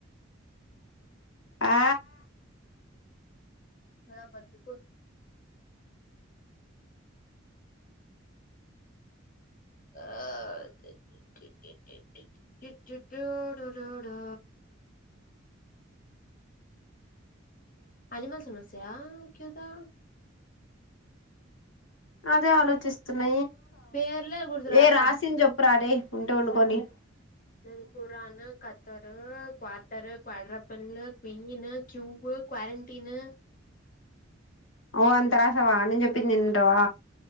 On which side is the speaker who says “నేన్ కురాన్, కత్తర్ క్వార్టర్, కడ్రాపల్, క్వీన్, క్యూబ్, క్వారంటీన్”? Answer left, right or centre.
Left